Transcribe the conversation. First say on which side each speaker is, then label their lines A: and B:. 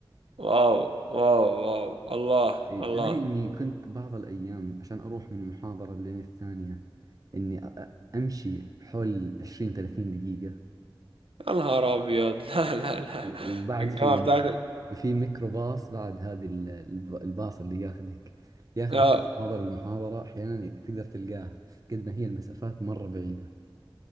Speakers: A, on the right; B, on the right.
A: واو واو واو الله
B: إيه،
A: الله
B: تدري إني كنت بعض الأيام عشان أروح من محاضرة لين الثانية إني أ- أ- أمشي حول 20 30 دقيقة
A: يا نهار أبيض <laughs> لا لا لا
B: و- وبعد
A: الجامعة
B: في
A: بتاعتك
B: في ميكروباص بعد هذه ال- الب- الباص اللي ياخذك ياخذك
A: اه
B: من محاضرة المحاضرة أحيانا تقدر تلقاه قد ما هي المسافات مرة بعيدة